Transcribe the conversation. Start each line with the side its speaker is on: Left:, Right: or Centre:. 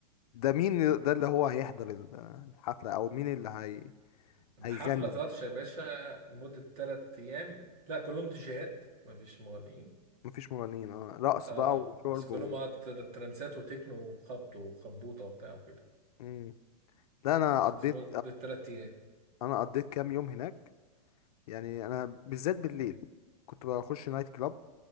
Left: ده مين ده اللي هو هيحضر ال- الحفلة او مين اللي هي
Right: ده
Left: هيغني
Right: حفلة طرش يا باشا لمدة تلات أيام لا كلهم ديجيهات مفيش مغنيين
Left: مفيش مغنيين اه رقص
Right: اه
Left: بقى وشرب
Right: بس كلهم
Left: و
Right: اه تر- ترانسات وتكنو وخبط وخبوطة وبتاع وكده
Left: امم لا انا
Right: بس
Left: قضيت
Right: مدة تلات أيام
Left: انا قضيت كام يوم هناك يعني انا بالذات بالليل كنت بخش نايت كلاب